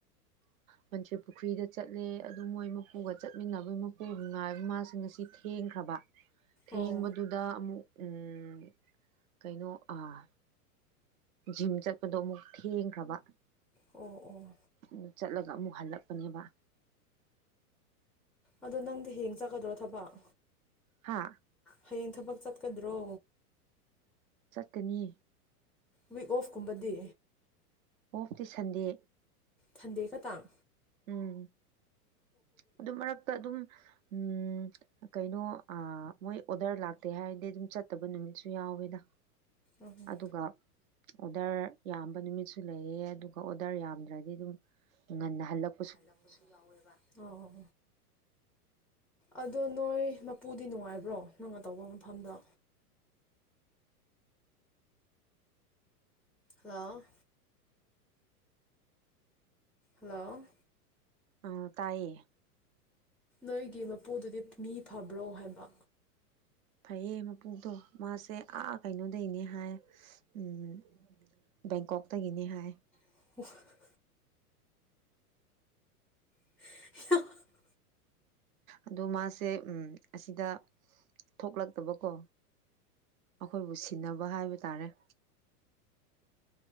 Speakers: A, on the right; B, in the centre.
A: ꯃꯟꯇ꯭ꯔꯤ ꯄꯨꯈ꯭ꯔꯤꯗ ꯆꯠꯂꯦ ꯑꯗꯨ ꯃꯣꯏ ꯃꯄꯨꯒ ꯆꯠꯃꯤꯟꯅꯕꯩ ꯃꯄꯨ ꯉꯥꯏꯕ ꯃꯥꯁꯤ ꯑꯁꯤ ꯊꯦꯡꯈ꯭ꯔꯕ ꯊꯦꯡꯕꯗꯨ
B: ꯑꯣ
A: ꯗ ꯑꯃꯨꯛ ꯎꯝ ꯀꯩꯅꯣ ꯑꯥ ꯖꯤꯝ ꯆꯠꯄꯗꯣ ꯑꯃꯨꯛ ꯊꯦꯡꯈ꯭ꯔꯕ꯫
B: ꯑꯣ ꯑꯣ
A: ꯑꯗꯨ ꯆꯠꯂꯒ ꯑꯃꯨꯛ ꯍꯜꯂꯛꯄꯅꯦꯕ꯫
B: ꯑꯗꯣ ꯅꯪꯗꯤ ꯍꯌꯦꯡ ꯆꯠꯀꯗ꯭ꯔꯣ ꯊꯕꯛ?
A: ꯍꯥꯥ
B: ꯍꯌꯦꯡ ꯊꯕꯛ ꯆꯠꯀꯗ꯭ꯔꯣ?
A: ꯆꯠꯀꯅꯤ꯫
B: ꯋꯤꯛ ꯑꯣꯐꯀꯨꯝꯕꯗꯤ
A: ꯑꯣꯐꯇꯤ ꯁꯟꯗꯦ
B: ꯊꯟꯗꯦ ꯈꯇꯥꯡ
A: ꯎꯝ ꯑꯗꯨ ꯃꯔꯛꯇ ꯑꯗꯨꯝ ꯎꯝ ꯀꯩꯅꯣ ꯑꯥ ꯃꯣꯏ ꯑꯣꯗꯔ ꯂꯥꯛꯇꯦ ꯍꯥꯏꯔꯗꯤ ꯑꯗꯨꯝ ꯆꯠꯇꯕ ꯅꯨꯃꯤꯠꯁꯨ ꯌꯥꯎꯋꯦꯗ
B: ꯎꯝ
A: ꯑꯗꯨꯒ ꯑꯣꯗꯔ ꯌꯥꯝꯕ ꯅꯨꯃꯤꯠꯁꯨ ꯂꯩꯌꯦ ꯑꯗꯨꯒ ꯑꯣꯔꯗꯔ ꯌꯥꯝꯗ꯭ꯔꯗꯤ ꯑꯗꯨꯝ ꯉꯟꯅ ꯍꯜꯂꯛ
B: <inaudible> ꯑꯣ ꯑꯣ ꯑꯣ ꯑꯗꯣ ꯅꯣꯏ ꯃꯄꯨꯗꯤ ꯅꯨꯡꯉꯥꯏꯕ꯭ꯔꯣ ꯅꯪꯅ ꯇꯧꯕ ꯃꯐꯝꯗꯣ ꯍꯜꯂꯣ ꯍꯜꯂꯣ
A: ꯑ ꯇꯥꯏꯌꯦ
B: ꯅꯣꯏꯒꯤ ꯃꯄꯨꯗꯨꯗꯤ ꯃꯤ ꯐꯕ꯭ꯔꯣ ꯍꯥꯏꯕ
A: ꯐꯩꯌꯦ ꯃꯄꯨꯇꯣ ꯃꯥꯁꯦ ꯑꯥ ꯀꯩꯅꯣꯗꯩꯅꯦ ꯍꯥꯏ ꯎꯝ ꯕꯦꯡꯀꯣꯛꯇꯒꯤꯅꯤ ꯍꯥꯏ
B: <unintelligible> <unintelligible>
A: ꯑꯗꯣ ꯃꯥꯁꯦ ꯎꯝ ꯑꯁꯤꯗ ꯊꯣꯛꯂꯛꯇꯕꯀꯣ ꯑꯩꯈꯣꯏꯕꯨ ꯁꯤꯟꯅꯕ ꯍꯥꯏꯕ ꯇꯥꯔꯦ